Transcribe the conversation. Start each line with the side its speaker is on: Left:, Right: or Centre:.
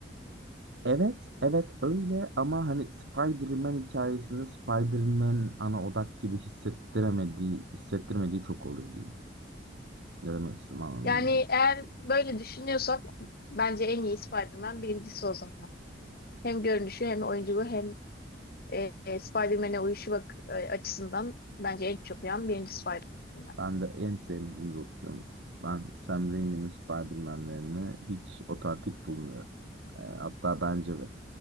Right: Evet, evet öyle ama hani Spider-Man hikayesinde Spider-Man ana odak gibi hissettiremediği, hissettirmediği çok oluyor diyeyim. Ne demek istedim anladın
Left: Yani
Right: mı?
Left: eğer böyle düşünüyorsak bence en iyi Spider-Man birincisi o zaman. Hem görünüşü hem oyunculuğu hem e, e, Spider-Man'e uyuşu bak e, açısından bence en çok uyan birinci Spider-Man.
Right: Ben de en sevmediğim rol biliyor musun? Ben Sam Raimi'nin Spider-Man'lerini hiç otantik bulmuyorum. E, hatta bence de